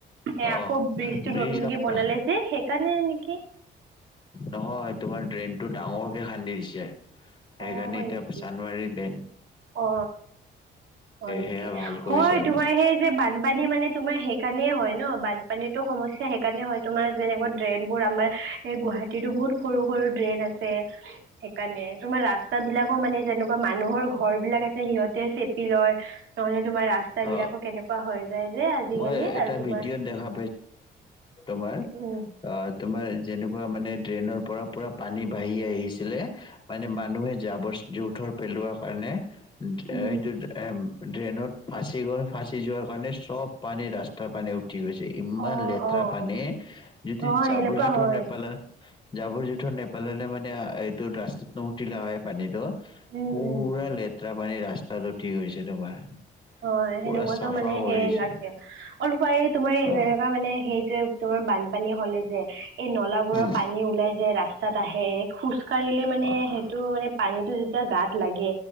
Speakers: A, on the right; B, on the left.
A: সে আকৌ
B: অ,
A: ব্ৰীজটো
B: ব্ৰিজ
A: নতুনকে
B: নহয়,
A: বনালে যে সেইকাৰণে নেকি।
B: নহয় তোমাৰ ড্ৰেইনতটো ডাঙৰকে খান্দি দিছে। সেইকাৰণে
A: অ হয়
B: এতিয়া
A: নেকি
B: চানমাৰীৰ বেণ্ড।
A: অ হয় নেকি
B: সেয়া ভাল কৰিছে
A: হয়
B: অলপ।
A: তোমাৰ সেই যে বানপানী মানে। তোমাৰ সেইকাৰণে হয় ন বানপানীতো সমস্যা সেইকাৰণে হয় তোমাৰ যেনেকুৱা। ড্ৰেইনবোৰ আমাৰ এই গুৱাহাটীতো বহুত সৰু সৰু ড্ৰেইন আছে। সেইকাৰণে তোমাৰ ৰাস্তা বিলাকো মানে যেনেকুৱা মানুহৰ ঘ। ঘৰ বিলাক আছে সিহঁতে চেপি লয় নহ'লে। তোমাৰ ৰাস্তা
B: অ,
A: বিলাকো কেনেকুৱা হৈ যায় যে আজিকালি
B: মই এটা
A: আৰু তোমাৰ।
B: ভিডিঅ'ত দেখা তোমাৰ।
A: উম।
B: অ তোমাৰ যেনেকুৱা মানে ড্ৰেইনৰ পৰা পূৰা পানী বাঢ়ি আহিছিলে। মানে মানুহে জাবৰ- জোথৰ পেলোৱাৰ কাৰণে। দেইটো
A: উম,
B: এম ড্ৰেইনত- ফাঁচি গল ফাঁচি যোৱাৰ কাৰণে চব পানী ৰাস্তাৰ পানী উঠি গৈছে। ইমান
A: অ',
B: লেতেৰা
A: অ',
B: পানী যদি
A: হয়
B: জাবৰ
A: এনেকুৱা
B: জোথৰ
A: হয়
B: নপেলাই। জাবৰ জোথৰ নেপেলালে মানে এইটো ৰাস্তাত নুঠিলে হয়ঁ পানীটো।
A: উম,
B: পুৰা
A: উম।
B: লেতেৰা পানী ৰাস্তাটো উঠি গৈছে তোমাৰ।
A: হয়ঁ
B: পুৰা
A: সেনেকুৱাতো
B: চাফা
A: মানে
B: কৰিছে
A: সে লাগ অলপ এই তোমাৰ
B: অ
A: যেনেকুৱা মানে সেই যে- তোমাৰ বানপানীয়ে হ'লে যে- এই নলাাবোৰৰ
B: উম,
A: পানী ওলাই যে ৰাস্তাত আহে খোজ কাঢ়িলে মানে
B: অ
A: সেইটো মানে পানীটো যেতিয়া গাত থাকে। লাগে